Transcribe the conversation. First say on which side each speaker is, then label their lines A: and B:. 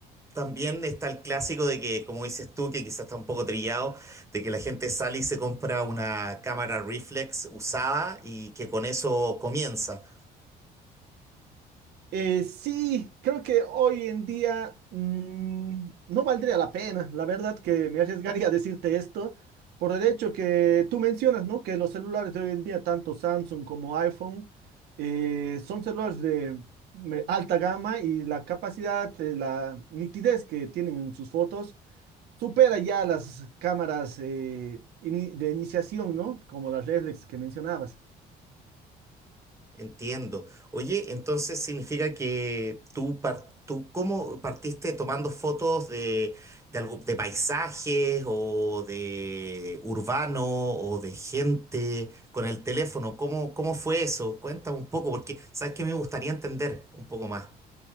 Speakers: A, on the right (about 15°); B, on the right (about 75°).
A: También está el clásico de que, como dices tú, que quizás está un poco trillado, de que la gente sale y se compra una cámara reflex usada y que con eso comienza.
B: Eh, sí, creo que hoy en día mm, no valdría la pena. La verdad que me arriesgaría a decirte esto por el hecho que tú mencionas, ¿no? Que los celulares de hoy en día, tanto Samsung como iPhone, eh, son celulares de me- alta gama y la capacidad, eh, la nitidez que tienen en sus fotos supera ya las cámaras eh, ini- de iniciación, ¿no? Como las reflex que mencionabas.
A: Entiendo. Oye, entonces significa que tú, par- tú ¿cómo partiste tomando fotos de, de, algo, de paisajes o de urbano o de gente con el teléfono? ¿Cómo, cómo fue eso? Cuéntame un poco, porque sabes que me gustaría entender un poco más